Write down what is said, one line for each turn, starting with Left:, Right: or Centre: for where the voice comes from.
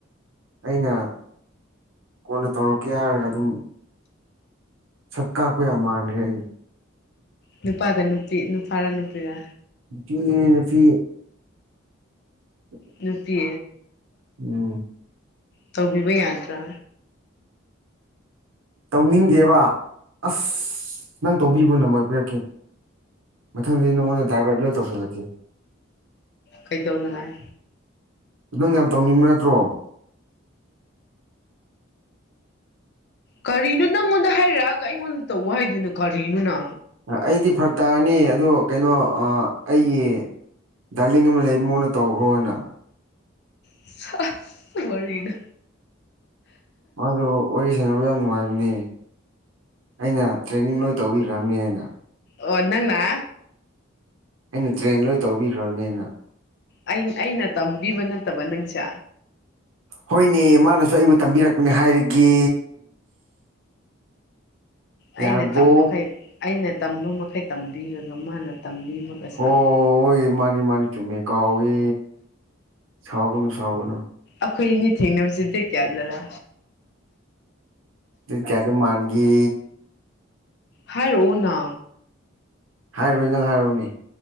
Right: ꯑꯩꯅ ꯀꯣꯟꯅ ꯇꯧꯔꯛꯀꯦ ꯍꯥꯏꯔꯒ ꯑꯗꯨꯝ ꯁꯛ ꯀꯥꯛ ꯌꯥꯝ ꯃꯥꯟꯒ꯭ꯔꯦ ꯑꯩ
Left: ꯅꯨꯄꯥꯒ ꯅꯨꯄꯤ ꯅꯨꯄꯥꯔ ꯅꯨꯄꯤꯔ
Right: ꯅꯨꯄꯤꯅꯦ ꯅꯨꯄꯤ <inaudible>
Left: ꯅꯨꯄꯤ
Right: ꯅꯪ
Left: ꯇꯧꯕꯤꯕ ꯌꯥꯗ꯭ꯔ
Right: ꯇꯧꯅꯤꯡꯗꯦꯕ ꯑꯁ ꯅꯪ ꯇꯧꯕꯤꯕ꯭ꯔꯣ ꯅꯝꯕꯔ ꯄꯤꯔꯛꯀꯦ ꯃꯊꯪꯗꯤ ꯅꯉꯣꯟꯗ ꯗꯥꯥꯏꯚꯔꯠ ꯂꯣꯏ ꯇꯧꯁꯤꯜꯂꯛꯀꯦ
Left: ꯀꯩꯗꯧꯅꯉꯥꯏ
Right: ꯅꯪ ꯌꯥꯝ ꯇꯧꯅꯤꯡꯕ ꯅꯠꯇ꯭ꯔꯣ
Left: ꯀꯔꯤꯅꯣ ꯅꯪꯉꯣꯟꯗ ꯍꯥꯏꯔꯛꯑꯒ ꯑꯩꯉꯣꯟꯗ ꯇꯧ ꯍꯥꯏꯗꯨꯅꯣ ꯀꯔꯤꯅꯣꯅ
Right: ꯑꯩꯗꯤ ꯐꯔꯛ ꯇꯥꯔꯅꯤ ꯑꯗꯣ ꯀꯩꯅꯣ ꯑ ꯑꯩꯒꯤ ꯗꯥꯔꯂꯤꯡ ꯑꯃ ꯂꯩ ꯃꯉꯣꯟꯅ ꯇꯧꯈ꯭ꯔꯣꯅ
Left: ꯁꯁ ꯋꯥꯔꯤꯗꯣ
Right: ꯑꯗꯣ ꯋꯥꯔꯤ ꯁꯥꯟꯅꯕ ꯌꯥꯝ ꯅꯨꯡꯉꯥꯏꯕꯅꯤ ꯑꯩꯅ ꯇ꯭ꯔꯦꯅꯤꯡ ꯂꯣꯏ ꯇꯧꯕꯤꯈ꯭ꯔꯕꯅꯦ ꯍꯥꯏꯅ
Left: ꯑꯣ ꯅꯪꯅ
Right: ꯑꯩꯅ ꯇ꯭ꯔꯦꯟ ꯂꯣꯏ ꯇꯧꯕꯤꯈ꯭ꯔꯕꯅꯦꯅ
Left: ꯑꯩ ꯑꯩꯅ ꯇꯝꯕꯤꯕ ꯅꯠꯇꯕ ꯅꯪꯁꯦ
Right: ꯍꯣꯏꯅꯦ ꯃꯥꯅꯁꯨ ꯑꯩꯕꯨ ꯇꯝꯕꯤꯔꯛꯄꯅꯦ ꯍꯥꯏꯔꯒꯦ ꯌꯥꯔꯕꯣ
Left: ꯑꯩꯅ ꯇꯝꯃꯈꯩ ꯑꯩꯅ ꯇꯝꯕ ꯃꯈꯩ ꯇꯝꯕꯤꯔꯒ ꯃꯥꯅ ꯇꯝꯕꯤꯕ ꯒ
Right: ꯍꯣꯏ
Left: ꯁꯥꯔꯤ
Right: ꯃꯥꯅꯤ ꯃꯥꯅꯤ ꯆꯨꯝꯃꯦ ꯀꯥꯎꯋꯦ ꯁꯥꯎꯒꯅꯨ ꯁꯥꯎꯒꯅꯨ
Left: ꯑꯩꯈꯣꯏ ꯑꯅꯤ ꯊꯦꯡꯅꯕꯁꯤꯗꯤ ꯀꯌꯥꯗꯔꯥ
Right: ꯗꯦꯠ ꯀꯌꯥꯗ ꯃꯥꯥꯟꯒꯦ
Left: ꯍꯥꯏꯔꯛꯑꯣꯅ
Right: ꯍꯥꯏꯔꯣꯏ ꯅꯪ ꯍꯥꯏꯔꯛꯑꯣꯅꯦ